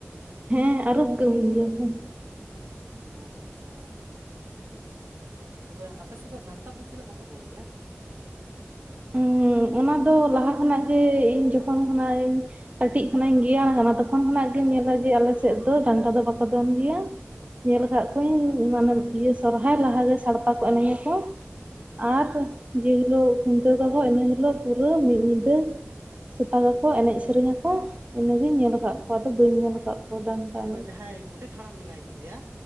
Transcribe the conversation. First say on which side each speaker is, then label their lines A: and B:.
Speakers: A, on the right; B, on the right.
A: ᱦᱮᱸ ᱟᱨᱩᱯ ᱟᱜᱩᱭ ᱜᱮᱭᱟ ᱠᱚ ᱾
B: ᱟᱪᱷᱟ᱾ ᱛᱚᱵᱮ ᱟᱯᱮᱥᱮᱫ ᱫᱚ ᱰᱟᱱᱴᱟ ᱫᱚ ᱪᱮᱫᱟᱜ ᱵᱟᱠᱚ ᱫᱚᱱ ᱜᱮᱭᱟ?
A: ᱦᱩᱸ ᱚᱱᱟ ᱫᱚ ᱞᱟᱦᱟ ᱠᱷᱚᱱᱟᱜ ᱜᱮ ᱤᱧ ᱡᱚᱠᱷᱚᱱ ᱠᱷᱚᱱᱟᱜ ᱤᱧ ᱠᱟᱹᱴᱤᱡ ᱠᱷᱚᱱᱟᱜ ᱤᱧ ᱜᱮᱭᱟᱱ ᱟᱠᱟᱱᱟ ᱛᱚᱠᱷᱚᱱ ᱠᱷᱚᱱᱟᱜ ᱜᱮᱢ ᱧᱮᱞᱟ ᱡᱮ ᱟᱞᱮ ᱥᱮᱫ ᱫᱚ ᱰᱟᱱᱰᱟ ᱫᱚ ᱵᱟᱠᱚ ᱫᱚᱱ ᱜᱮᱭᱟ᱾ ᱧᱮᱞ ᱟᱠᱟᱫ ᱠᱚᱣᱟᱹᱧ ᱢᱟᱱᱮ ᱤᱭᱟᱹ ᱥᱚᱨᱦᱟᱭ ᱞᱟᱦᱟᱮ ᱥᱟᱲᱯᱟ ᱠᱚ ᱮᱱᱮᱡᱧ ᱟᱠᱚ᱾ ᱟᱨ ᱡᱮ ᱦᱤᱞᱳᱜ ᱠᱷᱩᱱᱴᱟᱹᱣ ᱛᱟᱠᱚ ᱤᱱᱟᱹ ᱦᱤᱞ ᱯᱩᱨᱟᱹ ᱯᱩᱨᱟᱹ ᱢᱤᱫ ᱧᱤᱱᱫᱟᱹ ᱥᱮᱛᱟᱜᱟ ᱠᱚ ᱮᱱᱮᱡ ᱥᱮᱨᱮᱧᱟ ᱠᱚ᱾ ᱤᱱᱟᱹᱜᱤᱧ ᱧᱮᱞ ᱟᱠᱟᱫ ᱠᱚ ᱫᱚ ᱵᱟᱹᱧ ᱧᱮᱞ ᱟᱠᱟᱫ᱾ ᱠᱚᱣᱟ ᱰᱟᱱᱴᱟ
B: ᱛᱚᱵᱮ
A: ᱮᱱᱮᱡ
B: ᱡᱟᱦᱟᱸᱭ ᱜᱚᱰᱮᱛ ᱦᱟᱲᱟᱢ ᱢᱮᱱᱟᱭ ᱠᱟᱫᱮᱭᱟ